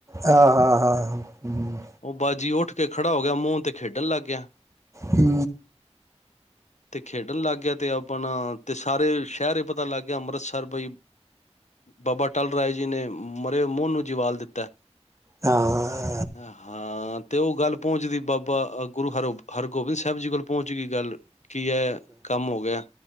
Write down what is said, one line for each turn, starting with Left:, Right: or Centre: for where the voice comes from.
Right: ਹਾਂ ਹਾਂ ਹਾਂ। ਹਮ।
Left: ਉਹ ਬਾਜੀ ਉੱਠ ਕੇ ਖੜਾ ਹੋ ਗਿਆ ਮੋਨ ਤੇ ਖੇਡਣ ਲੱਗ ਗਿਆ।
Right: ਹੂ।
Left: ਤੇ ਖੇਡਣ ਲੱਗ ਗਿਆ ਤੇ ਆਪਣਾ ਤੇ ਸਾਰੇ ਸ਼ਹਿਰ ਪਤਾ ਲੱਗ ਗਿਆ ਅੰਮ੍ਰਿਤਸਰ ਬਈ, ਬਾਬਾ ਅੱਟਲ ਰਾਏ ਜੀ ਨੇ, ਮਰੇ ਮੂੰਹ ਨੂੰ ਜਵਾਲ ਦਿੱਤਾ।
Right: ਹਾਂ
Left: ਹਾਂ- ਹਾਂ। ਹਾਂ ਤੇ ਉਹ ਗੱਲ ਪਹੁੰਚਦੀ ਬਾਬਾਹ ਗੁਰੂ ਹਰ ਹਰਗੋਬਿੰਦ ਸਾਹਿਬ ਜੀ ਕੋਲ ਪਹੁੰਚ ਗਈ ਗੱਲ। ਕੀ ਹੈ, ਕੰਮ ਹੋ ਗਿਆ,